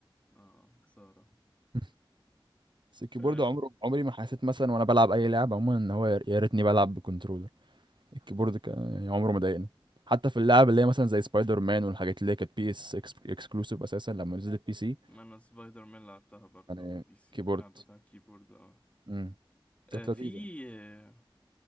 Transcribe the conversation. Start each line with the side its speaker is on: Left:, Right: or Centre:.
Left: اه خسارة
Right: <laughs> بس الكيبورد
Left: آه
Right: عمره عمري ما حسيت مثلا وأنا بلعب أي لعبة عموما إن هو يا ريتني بلعب بكنترولر الكيبورد ك... يعني عمره ما ضايقني حتى في اللعب اللي هي مثلا زي سبايدر مان والحاجات اللي هي كانت بي اس اكسكلوسيف اساسا لما نزلت بي سي
Left: ما انا سبايدر مان لعبتها برضو
Right: يعني
Left: بي سي
Right: كيبورد
Left: لعبتها على الكيبورد اه
Right: امم كانت
Left: آه، في
Right: لذيذه
Left: آه،